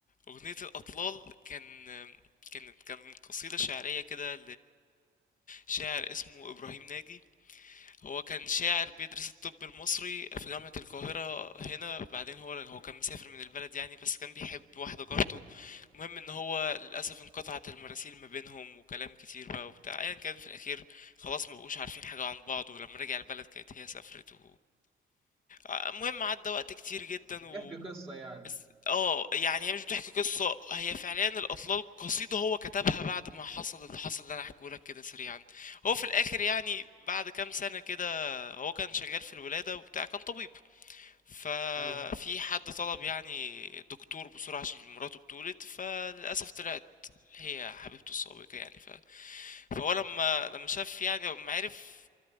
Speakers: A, on the left (about 40°); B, on the right (about 25°).
A: أغنية الأطلال كان كانت كان قصيدة شعرية كده لشاعر اسمه إبراهيم ناجي هو كان شاعر بيدرس الطب المصري في جامعة القاهرة هنا بعدين هو هو كان مسافر من البلد يعني بس كان بيحب واحدة جارته المهم ان هو للأسف انقطعت المراسيل ما بينهم وكلام كتير بقى وبتاع ايا كان في الأخير خلاص ما بقوش عارفين حاجة عن بعض ولما رجع البلد كانت هي سافرت و... المهم عدى وقت كتير جدا
B: بتحكي
A: و...
B: قصة يعني
A: بس اه يعني هي مش بتحكي قصة هي فعليا الأطلال قصيدة هو كتبها بعد ما حصل اللي حصل اللي أنا هحكيهولك كده سريعا هو في الآخر يعني بعد كام سنة كده هو كان شغال في الولادة وبتاع كان طبيب ففي
B: أيوة
A: حد طلب يعني دكتور بسرعة عشان مراته بتولد فللأسف طلعت هي حبيبته السابقة يعني ف... فهو لما لما شاف يعني لما عرف